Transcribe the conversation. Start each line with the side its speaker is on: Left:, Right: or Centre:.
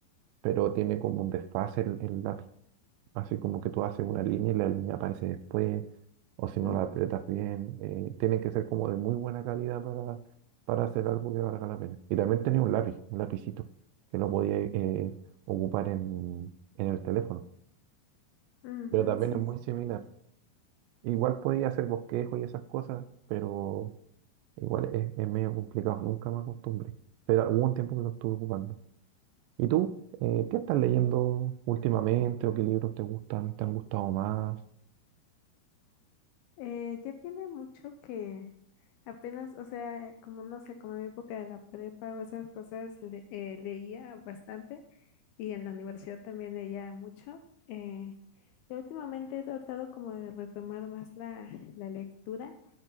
Right: pero tiene como un desfase el, el lápiz. Así como que tú haces una línea y la línea aparece después, o si no
Left: Ah,
Right: la aprietas bien. eh, tiene que ser como de muy buena calidad para, para hacer algo que valga la pena. Y también tenía un lápiz, un lapicito, que lo podía eh, ocupar en, en el teléfono.
Left: ujú,
Right: Pero también
Left: sí,
Right: es muy similar. Igual podía hacer bosquejo y esas cosas, pero igual es, es medio complicado, nunca me acostumbré. Pero hubo un tiempo que lo estuve ocupando. ¿Y tú? Eh, ¿qué estás leyendo últimamente o qué libros te gustan, te han gustado más?
Left: Eh, ya tiene mucho que apenas, o sea, eh, como no sé, como en mi época de la prepa o esas cosas, le- eh, leía bastante y en la universidad también leía mucho. Eh, yo últimamente he tratado como de retomar más la, la lectura.